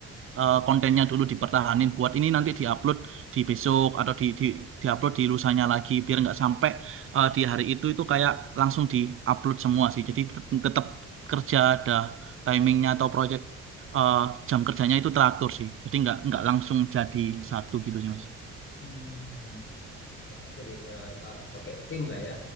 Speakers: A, on the right; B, on the left.
A: eh, kontennya dulu dipertahanin buat ini nanti diupload di besok atau di, di diupload di lusanya lagi biar nggak sampai eh, di hari itu itu kayak langsung diupload semua sih. Jadi tet- tetap kerja ada timingnya atau project eh, jam kerjanya itu teratur sih. Jadi nggak nggak langsung jadi satu gitu sih mas.
B: Hmm. Pak, sorry, eh, eh, pakai tim lah ya